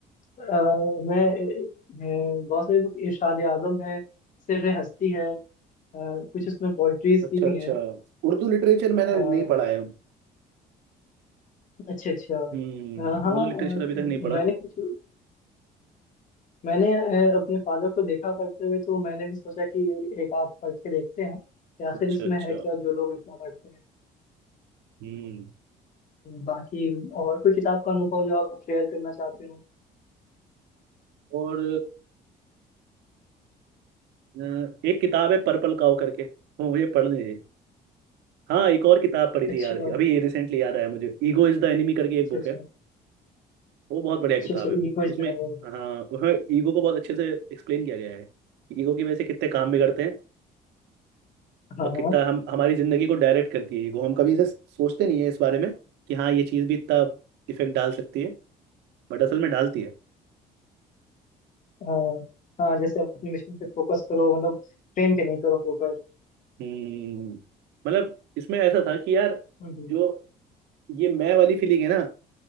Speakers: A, on the left; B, on the right.
A: अ, मैं अ, बहुत सारी बुक इरशाद आजम है सिर्र हस्ती है अ, कुछ इसमें पोइट्रीज
B: अच्छा
A: की भी
B: अच्छा
A: हैं
B: उर्दू लिटरेचर मैंने
A: अ,
B: नहीं पढ़ा है
A: अच्छा अच्छा अ,
B: हम्म
A: हाँ
B: उर्दू लिटरेचर
A: अ,
B: अभी तक नहीं पढ़ा
A: मैंने कुछ मैंने अ, अपने फादर को देखा पढ़ते हुए तो मैंने भी सोचा कि एक आप पढ़ के देखते हैं कि आखिर
B: अच्छा
A: इसमें
B: अच्छा
A: है क्या जो लोग इतना पढ़ते हैं
B: हम्म
A: बाकी और कोई किताब का अनुभव जो आप शेयर करना चाहते हो
B: और अ, एक किताब है पर्पल काउ करके वो मुझे पढ़नी थी हाँ एक और किताब पढ़ी थी
A: अच्छा
B: यार अभी ये रिसेंटली याद आया मुझे ईगो इज द एनिमी करके
A: अच्छा
B: एक बुक
A: अच्छा
B: है वो बहुत बढ़िया
A: अच्छा
B: किताब
A: अच्छा ये
B: है
A: कुछ
B: उसमें
A: डायलॉग
B: हाँ उसमें ईगो को बहुत अच्छे से एक्सप्लेन किया गया है कि ईगो की वजह से कितने काम बिगड़ते हैं
A: हाँ
B: और
A: हाँ।
B: कितना हम हमारी जिंदगी को डायरेक्ट करती है ईगो हम कभी इसे सोचते नहीं है इस बारे में कि हाँ ये चीज़ भी इतना इफेक्ट डाल सकती है बट असल में डालती है
A: हाँ हाँ जैसे अपने मिशन पे फोकस करो मतलब फ्रेम पे नहीं करो फोकस
B: हम्म मतलब इसमें ऐसा था कि यार
A: हम्म हम्म,
B: जो ये मैं वाली फीलिंग है ना